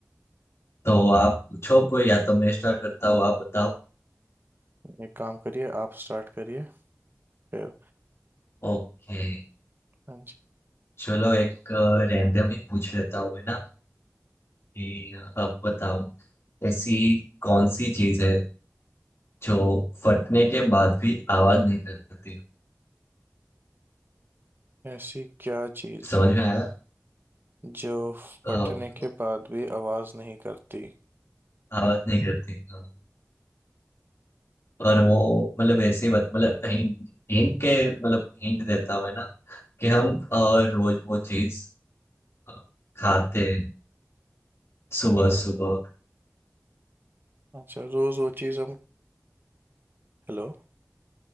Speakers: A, on the left (about 50°); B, on the right (about 40°).
A: तो आप पूछो कोई या तो मैं स्टार्ट करता हूँ आप बताओ
B: एक काम करिए आप स्टार्ट करिए फिर
A: ओके
B: हाँ जी
A: चलो एक रैंडम ही पूछ लेता हूँ है ना जी, अब बताओ ऐसी कौन सी चीज है जो फटने के बाद भी आवाज नहीं करती
B: ऐसी क्या चीज़
A: समझ
B: है
A: में आया
B: जो
A: हाँ,
B: फटने के बाद भी आवाज नहीं करती
A: आवाज नहीं करती हाँ। और वो मतलब ऐसे ही बत मतलब हिंट हिंट के मतलब हिंट देता हुआ है ना कि हम अ, रोज वो चीज अ, खाते हैं सुबह सुबह
B: अच्छा रोज वो चीज हम हेलो